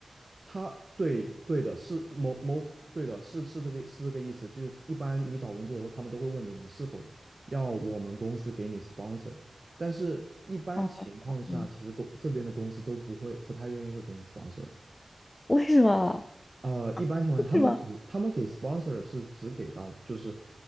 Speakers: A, on the right; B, on the left.
A: 他对对的，是某某对的，是是这个是这个意思，就是一般你找工作的时候，他们都会问你你是否要我们公司给你 sponsor，但是一般情况下，
B: 啊，嗯，
A: 其实公这边的公司都不会不太愿意会给你 sponsor，
B: 为什么？
A: 呃，一般情况下，
B: 为什么？
A: 他们只他们给 sponsor 是只给到就是